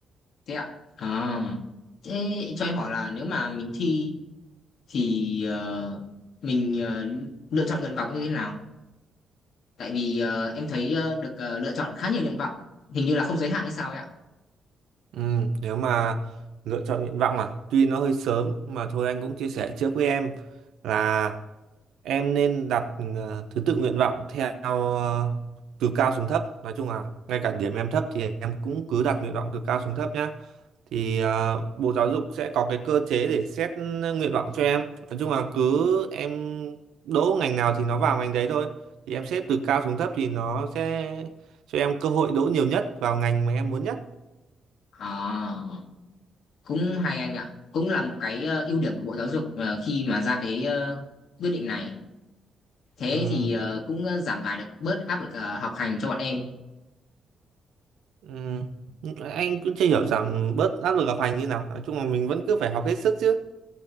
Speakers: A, on the left; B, on the right.
A: thế ạ à thế cho em hỏi là nếu mà mình thi thì ờ, mình ờ, lựa chọn nguyện vọng như thế nào tại vì ờ, em thấy ờ, được ờ, lựa chọn khá nhiều nguyện vọng hình như là không giới hạn hay sao ấy ạ
B: Ừ, nếu mà lựa chọn nguyện vọng à, tuy nó hơi sớm mà thôi anh cũng chia sẻ trước với em là em nên đặt ờ, thứ tự nguyện vọng theo ờ, từ cao xuống thấp. Nói chung là ngay cả điểm em thấp thì em cũng cứ đặt nguyện vọng từ cao xuống thấp nhá. Thì ờ, Bộ Giáo dục sẽ có cái cơ chế để xét nguyện vọng cho em. Nói chung là cứ em đỗ ngành nào thì nó vào ngành đấy thôi. Thì em xếp từ cao xuống thấp thì nó sẽ cho em cơ hội đỗ nhiều nhất vào ngành mà em muốn nhất.
A: à cũng hay anh ạ cũng là một cái ờ, ưu điểm của Bộ Giáo dục ờ, khi mà ra cái ờ, quyết định này thế
B: Ừ.
A: thì ờ, cũng ờ, giảm tải được bớt áp lực ờ, học hành cho bọn em
B: Ừm, anh cũng chưa hiểu rằng bớt áp lực học hành như nào nói chung là mình vẫn cứ phải học hết sức chứ